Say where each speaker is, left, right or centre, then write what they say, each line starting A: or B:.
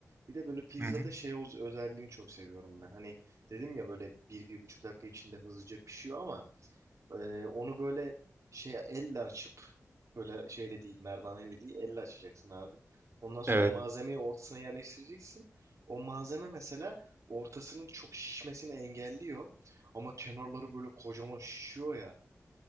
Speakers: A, on the right; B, on the right.
A: Bir de böyle pizzada
B: Hı hı.
A: şey o özelliğini çok seviyorum ben. Hani dedim ya böyle bir, bir buçuk dakika içinde hızlıca pişiyor ama e, onu böyle şey elle açıp böyle şeyle değil merdaneyle değil elle açacaksın abi. Ondan sonra
B: Evet.
A: malzemeyi ortasına yerleştireceksin. O malzeme mesela ortasının çok şişmesini engelliyor. Ama kenarları böyle kocaman şişiyor ya.